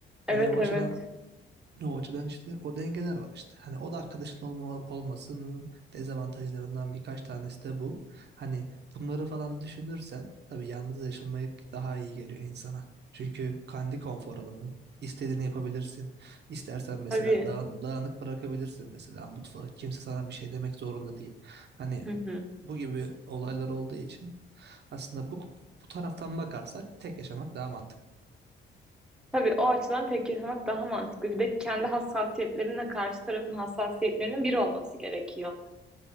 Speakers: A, on the right (about 60°); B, in the centre.
A: Hani
B: evet,
A: o
B: evet.
A: açıdan o açıdan işte o dengeler var işte. Hani o da arkadaşın olma, olmasının dezavantajlarından birkaç tanesi de bu. Hani bunları falan düşünürsen tabii yalnız yaşamak daha iyi geliyor insana. Çünkü kendi konfor alanının istediğini yapabilirsin. İstersen mesela
B: Tabii.
A: dağın- dağınık bırakabilirsin mesela mutfağı. Kimse sana bir şey demek zorunda değil. Hani
B: Hı hı.
A: bu gibi olaylar olduğu için aslında bu bu taraftan bakarsak tek yaşamak daha mantıklı.
B: Tabii o açıdan tek yaşamak daha mantıklı. Bir de kendi hassasiyetlerinle karşı tarafın hassasiyetlerinin bir olması gerekiyor.